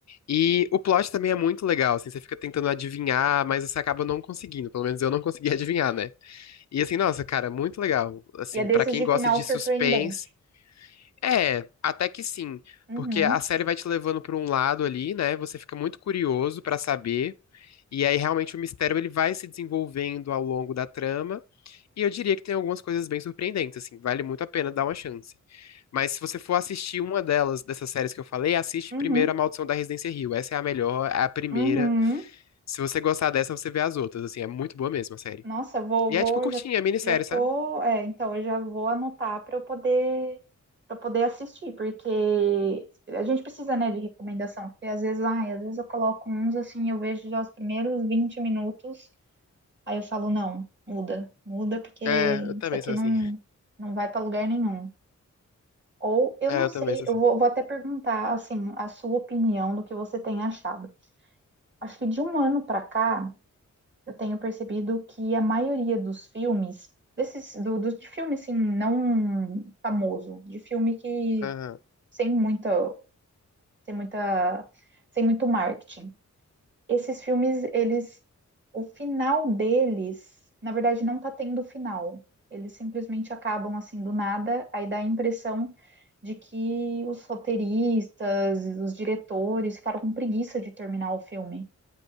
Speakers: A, on the left; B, on the right.
A: E o plot também é muito legal, assim, você fica tentando adivinhar, mas você acaba não conseguindo, pelo menos eu não consegui <laughs> adivinhar, né? E assim, nossa, cara, muito legal. Assim,
B: E é desses
A: pra quem
B: de
A: gosta
B: final
A: de
B: surpreendente.
A: suspense é, até que sim,
B: Uhum.
A: porque a série vai te levando para um lado ali, né? Você fica muito curioso para saber, e aí realmente o mistério ele vai se desenvolvendo ao longo da trama, e eu diria que tem algumas coisas bem surpreendentes, assim, vale muito a pena dar uma chance. Mas se você for assistir uma delas, dessas séries que eu falei, assiste
B: Uhum.
A: primeiro A Maldição da Residência Hill. Essa é a melhor, é a primeira.
B: Uhum.
A: Se você gostar dessa, você vê as outras, assim, é muito boa mesmo a série.
B: Nossa, vou,
A: E
B: vou,
A: é tipo curtinha,
B: já,
A: minissérie,
B: já tô,
A: sabe?
B: é, então eu já vou anotar para eu poder para poder assistir, porque a gente precisa, né, de recomendação, porque às vezes, ai, às vezes eu coloco uns assim, eu vejo já os primeiros 20 minutos, aí eu falo, não, muda, muda, porque
A: É, eu também
B: isso aqui
A: sou
B: não,
A: assim.
B: não vai para lugar nenhum. Ou eu
A: É,
B: não
A: eu
B: sei,
A: também sou
B: eu
A: assim.
B: vou, vou até perguntar assim, a sua opinião do que você tem achado. Acho que de um ano para cá eu tenho percebido que a maioria dos filmes, desses, do, do- de filme assim, não famoso, de filme que
A: Aham,
B: sem muita, sem muita, sem muito marketing. Esses filmes, eles, o final deles, na verdade, não tá tendo final. Eles simplesmente acabam assim do nada, aí dá a impressão de que os roteiristas, os diretores ficaram com preguiça de terminar o filme.